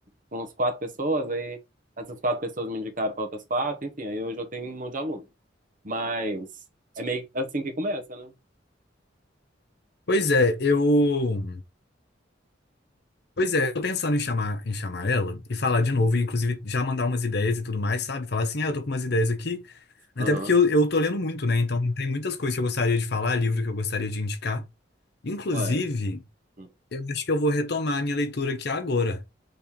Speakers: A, on the right; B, on the left.
A: pra uns quatro pessoas, aí essas quatro pessoas me indicaram para outras quatro, enfim, aí hoje eu tenho um monte de aluno. Mas é meio assim que começa, né?
B: Pois é, eu. Pois é, eu tô pensando em chamar, em chamar ela e falar de novo, e inclusive já mandar umas ideias e tudo mais, sabe? Falar assim, ah, eu tô com umas ideias aqui. Até
A: Aham.
B: porque eu, eu tô lendo muito, né? Então tem muitas coisas que eu gostaria de falar, livro que eu gostaria de indicar. Inclusive,
A: Uai. Hum.
B: eu acho que eu vou retomar a minha leitura aqui agora.